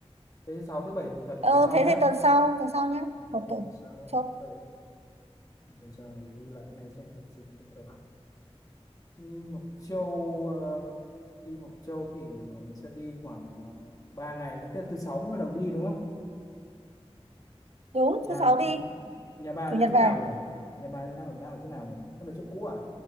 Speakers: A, on the left; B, on the right.
A: thế sáu thứ bảy chủ nhật
B: ờ
A: tuần sau
B: thế
A: nhá
B: thì tuần sau tuần sau nhé một
A: ok
B: tuần
A: thứ sáu
B: chốt
A: thứ bảy tuần sau mình ghi lại cái này xem lịch trình có thể đi Mộc Châu ờ, đi Mộc Châu thì mình sẽ đi khoảng uh, 3 ngày nhé. Tức là thứ sáu mới bắt đầu đi đúng không
B: đúng
A: nhà
B: thứ sáu đi
A: nhà bà
B: chủ
A: ở
B: nhật
A: chỗ
B: về
A: nào nhỉ nhà bà đang ở đang ở chỗ nào nhỉ con ở chỗ cũ à